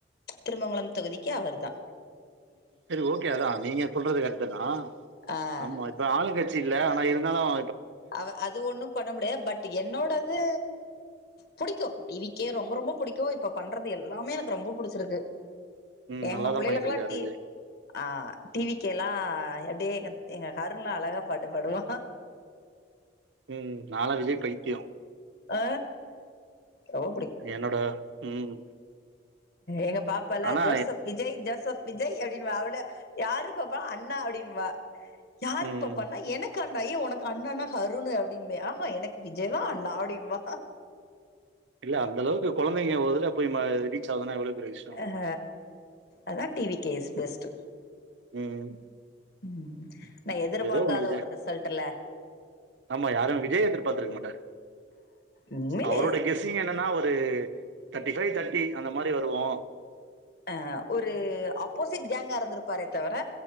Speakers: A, on the left; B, on the right.
A: திருமங்கலம் தொகுதிக்கு அவர்தா
B: சேரி ஓகே அதா நீங்க சொல்றது கரட்டுதா
A: ஆ
B: ஆமா இப்ப ஆளுங்கட்சி இல்ல ஆன இருந்தாளும்
A: அவ அது ஒண்ணு பண்ண முடியாது பட் என்னோட இது புடிக்கும் டி வி கே ரொம்ப ரொம்ப புடிக்கும் இப்ப பண்றது எல்லாமே எனக்கு ரொம்ப புடிச்சிருக்கு
B: ம்
A: எங்க
B: நல்லாதா
A: பிள்ளைகளுக்கெல்லா
B: பண்ணிட்டு இருக்காரு
A: டி
B: விஜய்
A: ஆ டி வி கே ல்லா அப்டியே எங்க அருண் லா அழகா பாட்டு பாடுவா
B: உம் நாலா விஜய் பைத்திய
A: ஆ ரொம்ப
B: என்னோட ம்
A: எ பாப்பால்ல
B: ஆனா
A: ஜோசப் விஜய் ஜோசப் விஜய் அப்டின்னு வா அவளு யாரு பாப்பா அண்ணா அப்படின்னுபா யாருக்கு
B: ம்
A: பாப்பான்னா எனக்கு நை ஒனக்கு அண்ணான்னா ஹருணு அப்படின்பே ஆஹா எனக்கு விஜய்தா அண்ணா அப்டிம்பா
B: இல்ல அந்தளவுக்கு கொழந்தைங்க ஒரு இதுல போய் ரீச் ஆகுதுன்னா எவ்ளோ பெரிய விஷயோ
A: ஹ அதா டி வி கே ஸ் பெஸ்ட்
B: ம்
A: ம் நா எதிர்பாக்காத
B: ஏதோ ஒண்ணு விஜய்
A: ஒரு ரிசல்ட்ல்ல
B: ஆமா யாரு விஜய எதிர்பார்த்திருக்க மாட்டாங்க
A: உண்மையிலே
B: அவரோட கெஸ்ஸிங் என்னன்னா ஒரு தெர்டி ஃபை தெட்டி அந்த மாரி வருவோ
A: அ ஒரு அப்போசிட் கேங்கா இருந்திருப்பாரே தவிர